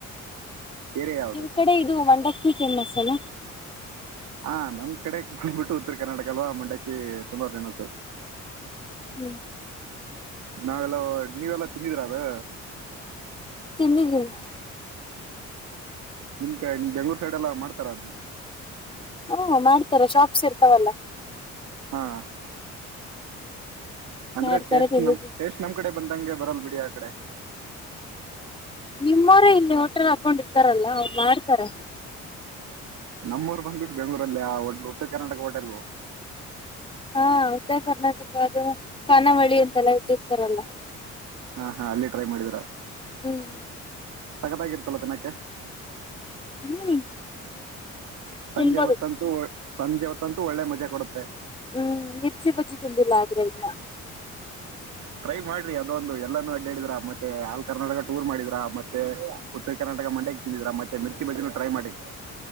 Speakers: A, on the right; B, on the left.
A: ಏರಿಯಾ ಯಾವ್ದು
B: ನಿಮ್ ಕಡೆ ಇದು ಮಂಡಕ್ಕಿ ಫೇಮಸ್ ಅಲ
A: ಹಾ ನಮ್ ಕಡೆ ಬಂದ್ಬಿಟ್ಟು ಉತ್ತರ ಕರ್ನಾಟಕಲ್ಲವಾ ಮಂಡಕ್ಕಿ ತುಂಬಾ ಫೇಮಸ್
B: ಹ್ಮ್ <unintelligible>
A: ನಾವೆಲ್ಲೊ ನೀವೆಲ್ಲಾ ತಿಂದಿದೀರಾ ಅದು.
B: ತಿಂದಿದೀನಿ. <unintelligible>
A: ನಿಮ್ ಕ ನಿಮ್ ಬೆಂಗಳೂರು ಸೈಡೆ ಎಲ್ಲ ಮಾಡ್ತಾರ ಅದ್ನ.
B: ಹು ಮಾಡ್ತಾರೆ ಶಾಪ್ಸ್ ಇರ್ತಾವಲ್ಲ.
A: ಹಾ <unintelligible> ಅಂದ್ರೆ
B: ಮಾಡ್ತಾರೆ
A: ಟೇಸ್ಟ್
B: ತಿಂದಿದ್ದೀನಿ
A: <unintelligible> ನಮ್ ಟೇಸ್ಟ್ ನಮ್ ಕಡೆ ಬಂದಂಗೆ ಬರಲ್ ಬಿಡಿ ಆ ಕಡೆ.
B: ನಿಮ್ಮ್ ಅವ್ರೆ ಇಲ್ಲಿ ಹೋಟ್ರೆಲ್ ಹಾಕೊಂಡ ಇರ್ತಾರಲ್ಲ ಅವ್ರು ಮಾಡ್ತಾರೆ.
A: ನಮ್ಮ್ಊರು ಬಂದಬಿಟ್ಟು ಬೆಂಗಳೂರಲ್ಲಿ ಆ <unintelligible> ಉತ್ತರ ಕರ್ನಾಟಕ ಹೋಟೆಲು.
B: ಹಾ ಉತ್ತರ ಕರ್ನಾಟಕದೆ ಕಾನಾವಳಿ ಅಂತೆಲ್ಲ ಇಟಿರ್ತಾರಲ್ಲ.
A: ಹಾ ಹಾ ಅಲ್ಲಿ ಟ್ರೈ ಮಾಡಿದಿರ.
B: ಹ್ಮ್
A: ಸಕ್ಕತಗಿರ್ತಲ್ಲ ತಿನ್ನಕ್ಕೆ.
B: ಹ್ಮ್
A: ಸಂಜೆ
B: ತಿನ್ಬೋದು
A: ಹೊತ್ತಂತೂ ಸಂಜೆ ಹೊತ್ತಂತೂ ಒಳ್ಳೆ ಮಜಾ ಕೊಡುತ್ತೆ.
B: ಹ್ಮ್ ಮಿರ್ಚಿ ಬಜ್ಜಿ ತಿಂದಿಲ್ಲ ಆದ್ರೆ ಇನ್ನ.
A: ಟ್ರೈ ಮಾಡ್ರಿ ಅದೊಂದು ಎಲ್ಲಾನೂ ಅಡ್ಡಾಡಿದ್ರ ಮತ್ತೆ ಆಲ್ ಕರ್ನಾಟಕ ಟೂರ್ ಮಾಡಿದ್ರಾ ಮತ್ ತ್ತೆ ಉತ್ತರ ಕರ್ನಾಟಕ ಮಂಡಕ್ಕಿ ತಿಂದಿದ್ರಾ ಮತ್ತೆ ಮಿರ್ಚಿ ಬಜ್ಜಿನು ಟ್ರೈ ಮಾಡಿ.